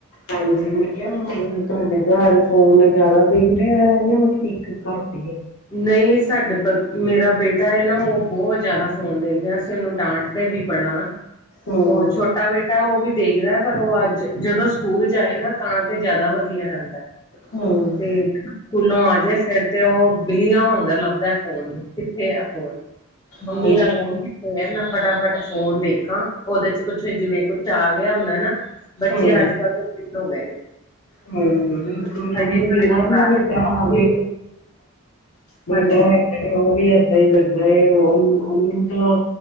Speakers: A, on the left; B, on the left.
A: ਹਾਂਜੀ ਮੈਂ ਕਿਹਾਿਆ ਤੁਹਾਡੇ ਘਰ ਫੋਨ ਜ਼ਿਆਦਾ ਦੇਖਦੇ ਹੈ ਜਾਂ ਠੀਕ ਘੱਟ ਹੀ ਹੈ।
B: ਨਹੀਂ ਸਾਡੇ ਬ ਮੇਰਾ ਬੇਟਾ ਹੈ ਨਾ ਉਹ ਬਹੁਤ ਜ਼ਿਆਦਾ ਫੋਨ ਦੇਖਦੇ ਆ ਉਹਨੂੰ ਡਾਂਟਦੇ ਵੀ ਬੜਾ
A: ਹੂੰ
B: ਉਹ ਛੋਟਾ ਬੇਟਾ ਉਹ ਵੀ ਦੇਖਦਾ ਪਰ ਉਹ ਅੱਜ ਜਦੋਂ ਸਕੂਲ ਜਾਏ ਨਾ ਤਾਂ ਤੇ ਜਿਆਦਾ ਵਧੀਆ ਰਹਿੰਦਾ
A: ਹੂੰ
B: ਤੇ ਸਕੂਲੋਂ ਆਜੇ ਫੇਰ ਤੇ ਉਹ ਬਿੱਲੀਆਂ ਵਾਂਗਰ ਲੱਭਦਾ ਫੋਨ ਨੂੰ ਕਿੱਥੇ ਆ ਫੋਨ ਮੰਮੀ
A: ਹਾਂਜੀ
B: ਦਾ ਫੋਨ਼ ਮੈਂ ਫਟਾਫਟ ਫੋਨ ਦੇਖਾਂ, ਉਹਦੇ ਚ ਕੁੱਛ ਜਿਵੇਂ ਕੁਛ ਆ ਗਿਆ ਹੁੰਦਾ ਨਾ ਬੱਚੇ
A: ਹੂੰ
B: ਅੱਜ ਕੱਲ੍ਹ ਹੋ ਗਏ <unintelligible>
A: ਬਿਲਕੁਲ
B: ਹਜੇ
A: ਮੇਰਾ ਵੀ ਬੇਟਾ
B: ਵਿੱਚ ਬੱਚੇ,
A: ਬੇਟਾ
B: ਹਾਂਜੀ
A: ਹੈ ਉਹ ਵੀ ਏਦਾਂ ਹੀ ਕਰਦਾ ਹੈ ਉਹ ਉਹਨੂੰ ਤਾਂ